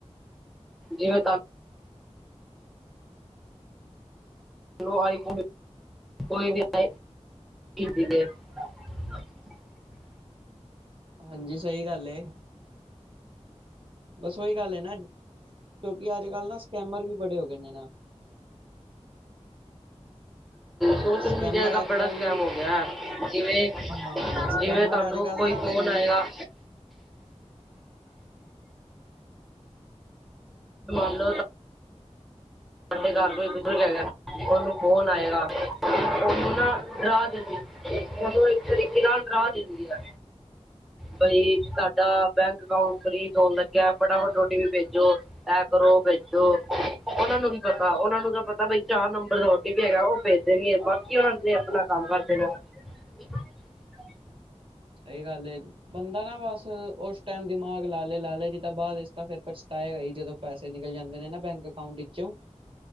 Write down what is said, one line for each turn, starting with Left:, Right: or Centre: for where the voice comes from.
Centre: ਜੀਵੇ <unintelligible> <inaudible>
Right: ਹਾਂਜੀ, ਸਹੀ ਗੱਲ ਹੈ। ਬਸ ਉਹੀ ਗੱਲ ਹੈ ਨਾ, ਕਿਉਂਕਿ ਅੱਜ ਕੱਲ੍ਹ ਨਾ ਸਕੈਮਰ ਵੀ ਬੜੇ ਹੋ ਗਏ ਨੇ ਨਾ।
Centre: ਸੋਸ਼ਲ
Right: ਸਕੈਮਰ
Centre: ਮੀਡੀਆ ਦਾ
Right: ਅੱਜ
Centre: ਬੜਾ
Right: ਕੱਲ
Centre: ਸਕੈਮ ਹੋ ਗਿਆ ਹੈ ਜਿਵੇਂ,
Right: ਹਾਂ ਸਕੈਮਰ
Centre: ਜਿਵੇਂ ਤੁਹਾਨੂੰ
Right: ਅੱਜ ਕੱਲ
Centre: ਕੋਈ
Right: ਨਾ
Centre: ਫੌਨ
Right: ਫੋਨ
Centre: ਆਏਗਾ। ਮੰਨ ਲਓ ਸਾਡੇ ਘਰ ਕੋਈ ਬਜ਼ੁਰਗ ਹੈਗਾ। ਉਹਨੂੰ ਫੋਨ ਆਏਗਾ ਉਹਨੂੰ ਨਾ ਰਾਤ ਉਹਨੂੰ ਇੱਕ ਤਰੀਕੇ ਨਾਲ ਰਾਹ ਦਿੰਦੀ ਆ। ਬਈ, ਸਾਡਾ ਬੈਂਕ ਅਕਾਊਂਟ ਫਰੀਜ ਹੋਣ ਲੱਗਿਆ ਫਟਾਫਟ ਓ ਟੀ ਪੀ ਭੇਜੋ। ਇਹ ਕਰੋ ਉਹਨਾਂ ਨੂੰ ਪਤਾ ਉਹਨਾ ਨੂੰ ਤਾਂ ਪਤਾ। ਬਈ ਚਾਰ ਨੰਬਰ ਦਾ ਓਟੀਪੀ ਹੈਗਾ ਉਹ ਭੇਜ ਦੇਣ ਗੇ। ਬਾਕੀ ਉਹਨਾ ਨੇ ਆਪਣਾ ਕੰਮ ਕਰ ਦੇਣਾ <unintelligible>
Right: ਸਹੀ ਗੱਲ ਏ। ਬੰਦਾ ਨਾ ਬਸ ਉਸ ਟਾਈਮ ਦਿਮਾਗ ਲਾ ਲੇ, ਲਾ ਲੇ ਜੀ ਤਾਂ ਬਾਅਦ ਇਚ ਤਾ ਫਿਰ ਪਛਤਾ ਹੈਗਾ ਹੀ। ਜਦੋਂ ਪੈਸੇ ਨਿਕਲ ਜਾਂਦੇ ਨੇ ਨਾ ਬੈਂਕ ਅਕਾਊਂਟ ਵਿੱਚੋਂ